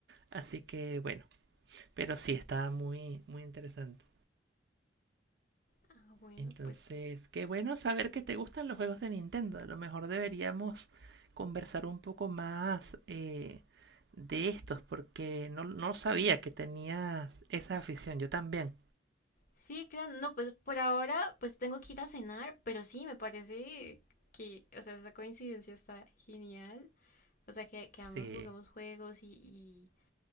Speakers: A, on the right; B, on the left.
A: Así que bueno, pero sí está muy, muy interesante.
B: Ah, bueno,
A: Entonces,
B: pues
A: qué bueno saber que te gustan los juegos de Nintendo. A lo mejor deberíamos conversar un poco más eh, de estos, porque no, no sabía que tenías esa afición. Yo también.
B: sí, claro, no, pues por ahora pues tengo que ir a cenar, pero sí, me parece que, o sea, esa coincidencia está genial. O sea, que, que
A: Sí,
B: ambos jugamos juegos y, y,